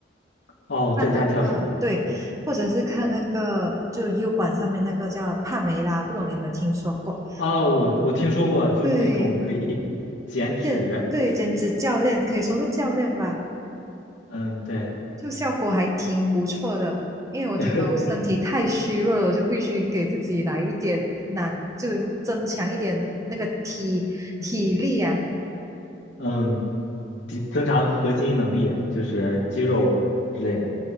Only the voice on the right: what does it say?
看那个对，
或者是看那个就 U 管上面那个叫帕梅拉，不懂你有没有听说过？
对，
健对减脂教练可以说是教练吧。
就效果还挺不错的，因为我觉得我身体太虚弱了，
我就必须给自己来一点难，就增强一点那个体体力啊。